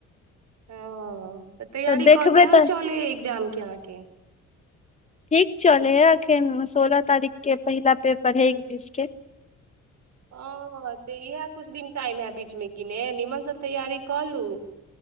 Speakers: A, on the right (about 60°); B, on the left (about 25°).
A: <inaudible> तऽ तैयारी
B: तऽ देखबै
A: कऽ केहेन
B: तऽ
A: चले एग्जाम क्यके
B: ठीक चलै है अखन सोलह तारीख के पहिला पेपर है, इंग्लिश के
A: हँ तऽ इएह किछु दिन टाइम हए बीच मे कि ने नीमन स तैयारी कऽ लू